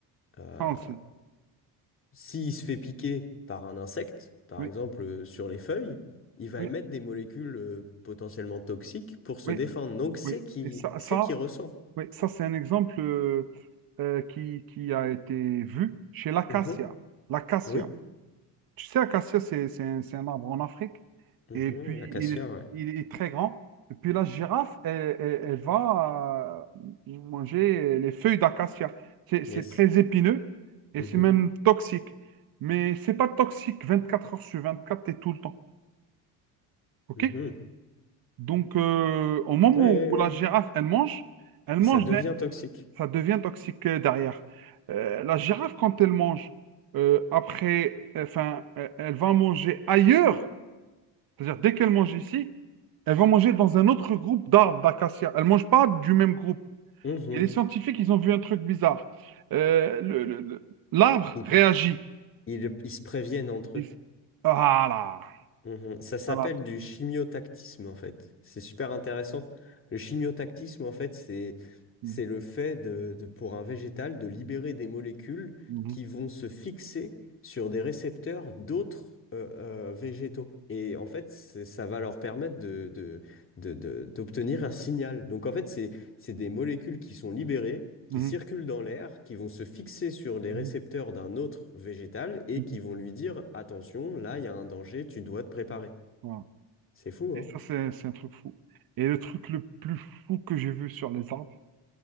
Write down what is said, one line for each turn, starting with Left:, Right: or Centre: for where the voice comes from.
Left: Euh,
Right: Ah, on sait.
Left: S'il se fait piquer par un insecte, par
Right: Oui,
Left: exemple euh, sur les feuilles, il va
Right: oui,
Left: émettre des molécules euh, potentiellement toxiques pour se
Right: oui,
Left: défendre. Donc c'est
Right: oui.
Left: qui
Right: Et ça,
Left: c'est
Right: ça,
Left: qui ressent.
Right: oui, ça c'est un exemple euh, euh, qui, qui a été vu chez l'acacia.
Left: Mhm.
Right: L'acacia.
Left: Oui.
Right: Tu sais, Acacia, c'est c'est un, c'est un arbre en Afrique.
Left: Mhm.
Right: Et puis,
Left: L'acacia,
Right: il est,
Left: ouais.
Right: il est très grand. Et puis, la girafe, elle, elle- elle va euh, manger les feuilles d'acacia. C'est c'est
Left: Yes.
Right: très épineux et
Left: Mhm.
Right: c'est même toxique. Mais c'est pas toxique 24 heures sur 24 et tout le temps. OK?
Left: Mhm.
Right: Donc, euh, au moment
Left: Ouais, ouais,
Right: où où
Left: ouais.
Right: la girafe, elle mange, elle mange,
Left: Ça devient
Right: d'un-
Left: toxique.
Right: ça devient toxique euh, derrière. Euh, la girafe, quand elle mange, euh, après, enfin, euh, elle va manger ailleurs c'est-à-dire, dès qu'elles mangent ici, elles vont manger dans un autre groupe d'arbres d'acacia. Elles ne mangent pas du même groupe.
Left: Mhm.
Right: Et les scientifiques, ils ont vu un truc bizarre. Euh, le- le- le- l'arbre
Left: Ils,
Right: réagit.
Left: ils- ils se préviennent entre
Right: Ils-
Left: eux.
Right: Voilà.
Left: Mhm. Ça s'appelle
Right: Voilà.
Left: du chimiotactisme en fait. C'est super intéressant. Le chimiotactisme en fait, c'est
Right: Mhm,
Left: c'est le fait de, de- pour un végétal de libérer des molécules
Right: mhm,
Left: qui vont se fixer sur des récepteurs d'autres euh, euh, végétaux. Et en fait, c'est- ça va leur permettre de, de- de- de- d'obtenir un signal. Donc en fait, c'est c'est des molécules qui sont libérées qui
Right: mhm,
Left: circulent dans l'air, qui vont se fixer sur les
Right: mhm,
Left: récepteurs d'un autre végétal et
Right: mhm.
Left: qui vont lui dire, attention, là, il y a un danger, tu dois te préparer.
Right: Voilà.
Left: C'est fou,
Right: Et
Left: hein?
Right: ça, c'est, c'est un truc fou. Et le truc le plus fou que j'ai vu sur les arbres,